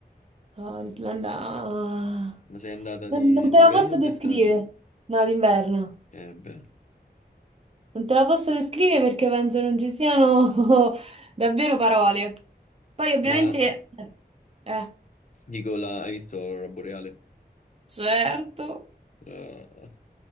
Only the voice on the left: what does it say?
Ma sei andata
di,
d'inverno
o
d'estate?
Eh beh.
Ma
dico, la, hai visto l'aurora boreale?
Ah.